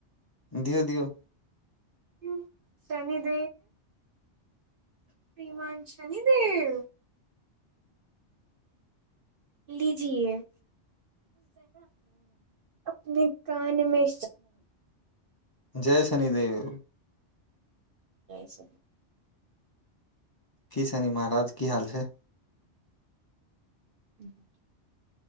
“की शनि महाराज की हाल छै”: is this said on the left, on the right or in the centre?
Left